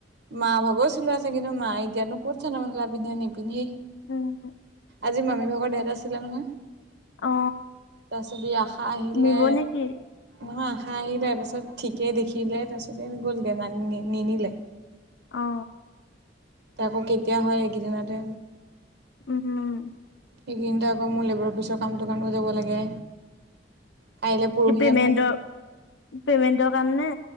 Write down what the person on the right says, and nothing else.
মা ভাগৰছিলো আছে কিন্তু মা এতিয়াতনো কত থ ন মেিলা পিন্ধে নি পিন্ধি
আজি মামী ভাগৰ দেতটা আছিলে নহয়
তাৰ পিছত আশা আহিলে
নহয় আশা আহিলে তাৰপিছত ঠিকেই দেখিলে তাৰপিছত এনে গ'লগৈ ন নিনিলে
আকৌ কেতিয়া হয় এইকেইদিনতে
সেইকেইিনতে আকৌ মোৰ লেবাৰ অফিচৰ কামটো কাৰণটো যাব লাগে কাইলে পৰহিলে
মানে